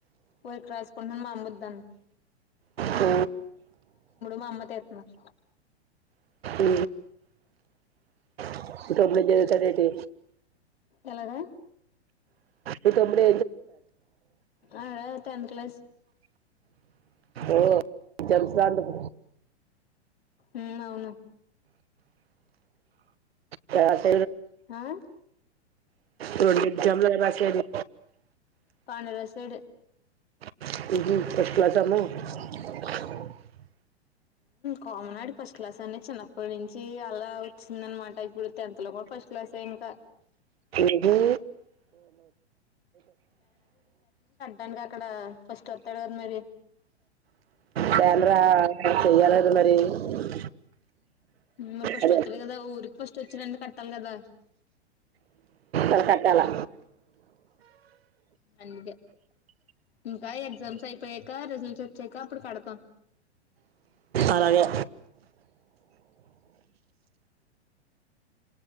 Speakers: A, on the left; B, on the right.
A: వర్క్ రాసుకున్న వద్దా
B: అ
A: మా అమ్మ తెస్తున్నారు
B: ఉ <inaudible> తావేంటి
A: ఎలాగ
B: ఇప్పుఇప్పుడే
A: అడ టెన్త్ క్లాస్
B: ఓ జరుగుతాంటాది
A: మ్మ్ అవును
B: క్లాస్
A: ఆ
B: మొన్న ఎగ్జామ్స్ ఎలా రాశారు
A: బానే రాశాడు
B: <inaudible>
A: కామన్ ఆడు ఫస్ట్ క్లాస్ అని చిన్నప్పటి నుంచి అలా వచ్చింద అనమాట ఇప్పుడు టెన్త్ లో కూడా ఫస్ట్ క్లాసే ఇంకా
B: ఏందీ
A: తనకు అక్కడ ఫస్ట్ వత్తాడు కదా మరి
B: ఫోర్త్ రావాలి మరి <inaudible>
A: మ్మ్ ఫస్ట్ ఫస్ట్
B: అదే
A: వస్తారు కదా ఊరికి ఫస్ట్ వచ్చినందుకు కట్టాలి కదా
B: మ్మ్ కట్టాలా
A: అందుకే ఇంకా ఎగ్జామ్స్ అయిపోయాక రిజల్ట్స్ వచ్చాక అప్పుడు కడతాం
B: అలాగే